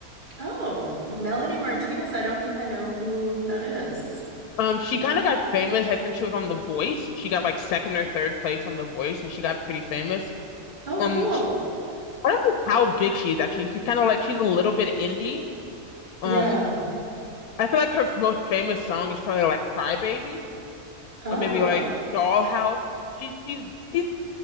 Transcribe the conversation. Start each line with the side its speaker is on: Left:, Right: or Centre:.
Right: Oh, Melanie Martinez. I don't think I know who that is.
Left: Um, she kind of got famous. I think she was on The Voice. She got like second or third place on The Voice, and she got pretty famous.
Right: Oh,
Left: Um,
Right: cool.
Left: sh- I don't know how big she is actually. She's kind of like she's a little bit indie. Um,
Right: Yeah.
Left: I feel like her f- most famous song is probably like Cry Baby
Right: Oh,
Left: or maybe like Dollhouse. She she's she's